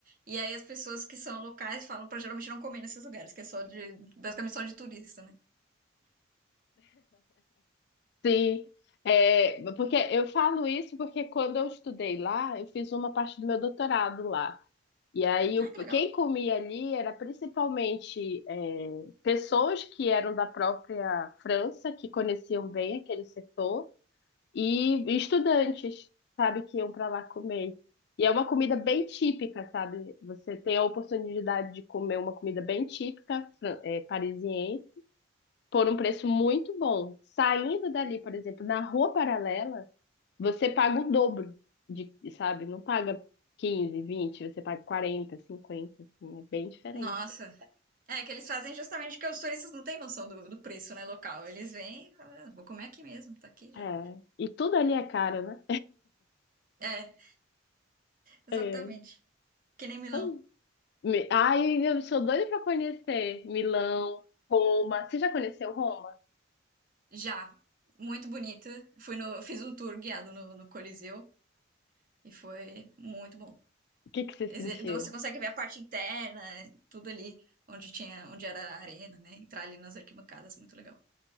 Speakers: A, on the right; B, on the left.
A: E aí as pessoas que são locais falam pra geralmente não comer nesses lugares, que é só de, basicamente só de turista, né?
B: Sim, é, porque eu falo isso porque quando eu estudei lá, eu fiz uma parte do meu doutorado lá. E aí, o-
A: Ah, que legal.
B: quem comia ali era principalmente é, pessoas que eram da própria França, que conheciam bem aquele setor, e estudantes, sabe, que iam para lá comer. E é uma comida bem típica, sabe? Você tem a oportunidade de comer uma comida bem típica, fran- é, parisiense por um preço muito bom. Saindo dali, por exemplo, na rua paralela, você paga o dobro de, sabe? Não paga 15, 20, você paga 40, 50, assim, é bem diferente.
A: Nossa. É que eles fazem justamente porque os turistas não têm noção do, do preço, né, local. Eles vêm, e falam, ah, vou comer aqui mesmo, tá aqui já.
B: É. E tudo ali é caro, né?
A: É, exatamente.
B: É.
A: Que nem Milão.
B: Foi. Me- Ai, eu sou doida pra conhecer Milão, Roma. Você já conheceu Roma?
A: Já, muito bonito. Fui no, fiz um tour guiado no, no Coliseu e foi muito bom.
B: O que que você
A: Exe-
B: sentiu?
A: então Você consegue ver a parte interna, tudo ali onde tinha, onde era a arena, né? Entrar ali nas arquibancadas, muito legal.